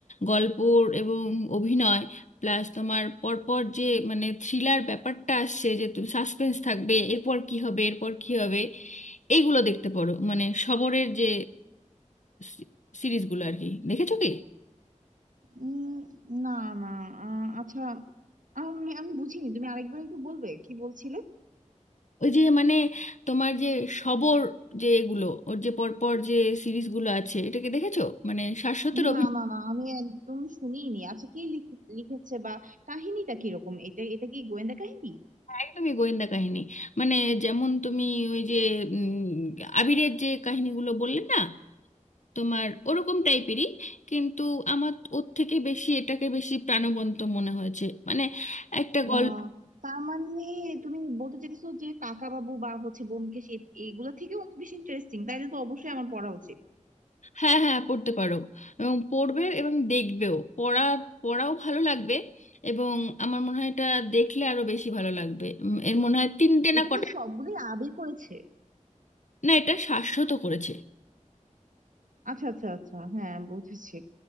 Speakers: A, on the left (about 65°); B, on the right (about 85°).
A: গল্প এবং অভিনয় প্লাস তোমার পরপর যে মানে থ্রিলার ব্যাপারটা আসছে যে তুমি সাসপেন্স থাকবে এরপর কি হবে এরপর কি হবে এইগুলো দেখতে পারো মানে সবরের যে সি- সিরিজগুলো আর কি দেখেছো কি
B: উম, না না আহ, আচ্ছা আমি আমি বুঝিনি তুমি আরেকবার একটু বলবে কি বলছিলে
A: ওই যে মানে তোমার যে সবর যে এগুলো ওর যে পরপর যে সিরিজগুলো আছে এটাকে দেখেছো মানে শাশ্বতের অভিনয়
B: না না না আমি একদম শুনিনি আচ্ছা কে লিখ- লিখেছে বা কাহিনীটা কিরকম এটা এটা কি গোয়েন্দা কাহিনী
A: হ্যাঁ, একদমই গোয়েন্দা কাহিনী মানে যেমন তুমি ওই যে উম, আবিরের যে কাহিনীগুলো বললে না তোমার ওরকম টাইপেরই কিন্তু আমার ওর থেকে বেশি এটাকে বেশি প্রাণবন্ত মনে হয়েছে মানে একটা গল্প
B: আহ, তার মানে তুমি বলতে চাইছো যে কাকা বাবু বা হচ্ছে ব্যোমকেশ এ- এগুলো থেকে অনেক বেশি ইন্টারেস্টিং তাইলে তো অবশ্যই আমার পড়া উচিত
A: হ্যাঁ হ্যাঁ পড়তে পারো এবং পড়বে এবং দেখবেও পড়া পড়াও ভালো লাগবে এবং আমার মনে হয় এটা দেখলে আরো বেশি ভালো লাগবে উম, এর মনে হয় তিনটে
B: এটা
A: না কটা
B: কি সবগুলোই আবির করেছে
A: না এটা শাশ্বত করেছে
B: আচ্ছা আচ্ছা আচ্ছা হ্যাঁ বুঝেছি